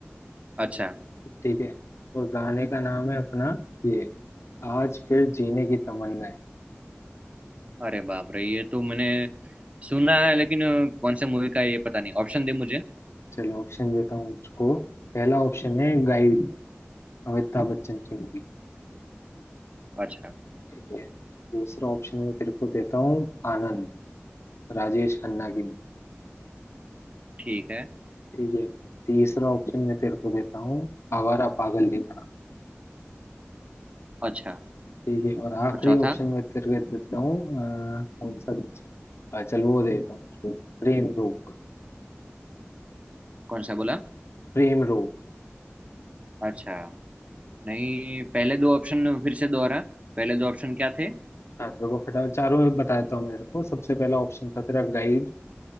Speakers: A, on the right (about 30°); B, on the left (about 70°).
A: अच्छा
B: ठीक है और गाने का नाम है अपना ये आज फिर जीने की तमन्ना है
A: अरे बाप रे ये तो मैंने सुना है लेकिन अ, कौन से मूवी का है ये पता नहीं ऑप्शन दे मुझे
B: चलो ऑप्शन देता हूँ इसको पहला ऑप्शन है गाइड अमिताभ बच्चन की मूवी
A: अच्छा
B: ठीक है दूसरा ऑप्शन मैं तेरे को देता हूँ आनंद राजेश खन्ना की movie,
A: ठीक है
B: ठीक है तीसरा ऑप्शन मैं तेरे को देता हूँ आवारा पागल दीवाना
A: अच्छा
B: ठीक है और आखिरी
A: और चौथा
B: ऑप्शन मैं तेरे को देता हूँ अ, कौन सा दूसरा अ, चल वो देता हूँ उसको प्रेम रोग
A: कौन सा बोला
B: प्रेम रोग
A: अच्छा नहीं पहले दो ऑप्शन फिर से दोहरा पहले दो ऑप्शन क्या थे
B: हाँ तेरे को फटाफट चारों में बता देता हूँ मैं तेरे को सबसे पहला ऑप्शन था तेरा गाइड